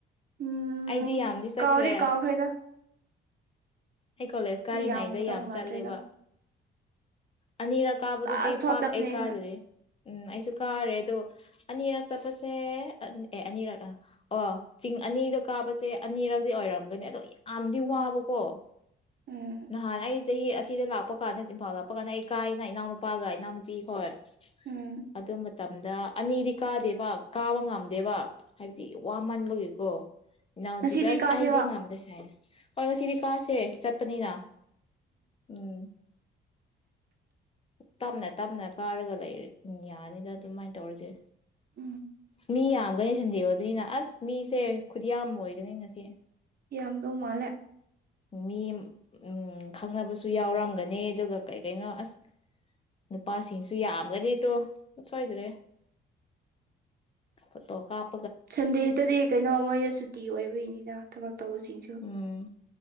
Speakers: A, on the right (about 55°); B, on the left (about 30°).
A: ꯎꯝ
B: ꯑꯩꯗꯤ ꯌꯥꯝꯗꯤ ꯆꯠꯈ꯭ꯔꯦ
A: ꯀꯥꯎꯗꯤ ꯀꯥꯎ ꯈꯔ‌ꯦꯗ
B: ꯑꯩ ꯀꯣꯂꯦꯖ ꯀꯥꯔꯤꯉꯩꯗ
A: ꯌꯥꯝꯒꯗꯧ
B: ꯌꯥꯝ
A: ꯃꯥꯟꯗ꯭ꯔꯦꯗ
B: ꯆꯠꯂꯦꯕ ꯑꯅꯤꯔꯛ ꯀꯥꯕꯗꯨꯗꯤ
A: ꯂꯥꯁ ꯐꯥꯎ
B: ꯄꯥꯛ
A: ꯆꯠꯄꯅꯦ
B: ꯑꯩ
A: ꯑꯩꯈꯣꯏ
B: ꯀꯥꯗ꯭ꯔꯦ ꯎꯝ ꯑꯩꯁꯨ ꯀꯥꯔꯦ ꯑꯗꯣ ꯑꯅꯤꯔꯛ ꯆꯠꯄꯁꯦ ꯑꯦ ꯑꯅꯤꯔꯛ ꯑꯣ ꯆꯤꯡ ꯑꯅꯤꯗꯣ ꯀꯥꯕꯁꯦ ꯑꯅꯤꯔꯗꯤ ꯑꯣꯏꯔꯝꯒꯅꯤ ꯑꯗꯣ ꯌꯥꯝꯗꯤ ꯋꯥꯕꯀꯣ
A: ꯎꯝ
B: ꯅꯍꯟ ꯑꯩ ꯆꯍꯤ ꯑꯁꯤꯗ ꯂꯥꯛꯄ ꯀꯥꯟꯗ ꯏꯝꯐꯥꯜ ꯂꯥꯛꯄ ꯀꯥꯟꯗ ꯑꯩ ꯀꯥꯏꯅ ꯏꯅꯥꯎꯅꯨꯄꯥꯒ ꯏꯅꯥꯎꯅꯨꯄꯤ ꯈ‌ꯣꯏ
A: ꯎꯝ
B: ꯑꯗꯣ ꯃꯇꯝ ꯑꯝꯗ ꯑꯅꯤꯗꯤ ꯀꯥꯗꯦꯕ ꯀꯥꯕ ꯉꯝꯗꯦꯕ ꯍꯥꯏꯕꯗꯤ ꯋꯥꯃꯟꯕꯒꯤꯀꯣ ꯏꯅꯥꯎꯅꯨꯄꯤꯁꯨ
A: ꯉꯁꯤꯗꯤ
B: ꯑꯁ
A: ꯀꯥꯁꯦꯕ
B: ꯑꯩꯗꯤ ꯉꯝꯗꯦ ꯍꯥꯏꯌꯦ ꯍꯣꯏ ꯉꯁꯤꯗꯤ ꯀꯥꯁꯦ ꯆꯠꯄꯅꯤꯅ ꯎꯝ ꯇꯞꯅ ꯇꯞꯅ ꯀꯥꯔꯒ ꯂꯩ ꯌꯥꯅꯤꯗ ꯑꯗꯨꯃꯥꯏꯅ ꯇꯧꯔꯤꯁꯦ
A: ꯎꯝ
B: ꯃꯤ ꯌꯥꯝꯒꯅꯤ ꯁꯟꯗꯦ ꯑꯣꯏꯕꯅꯤꯅ ꯑꯁ ꯃꯤꯁꯦ ꯈꯨꯠꯌꯥꯝ ꯑꯣꯏꯒꯅꯤ ꯉꯁꯤ
A: ꯌꯥꯝꯗꯣ ꯃꯥꯜꯂꯦ
B: ꯃꯤ ꯎꯝ ꯈꯪꯅꯕꯁꯨ ꯌꯥꯎꯔꯝꯒꯅꯤ ꯑꯗꯨꯒ ꯀꯩ ꯀꯩꯅꯣ ꯑꯁ ꯅꯨꯄꯥꯁꯤꯡꯁꯨ ꯌꯥꯝꯒꯅꯤꯗꯣ ꯁꯣꯏꯗ꯭ꯔꯦ ꯐꯣꯇꯣ ꯀꯥꯞ
A: ꯁꯟꯗꯦꯗꯗꯤ ꯀꯩꯅꯣ ꯃꯣꯏꯅ ꯁꯨꯇꯤ ꯑꯣꯏꯕꯣꯏꯅꯤꯗ ꯊꯕꯛ ꯇꯧꯕꯨꯁꯤꯡꯁꯨ
B: ꯎꯝ